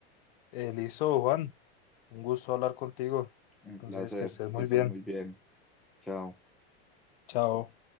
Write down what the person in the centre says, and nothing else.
Un
placer,
que estés
muy bien. Chao.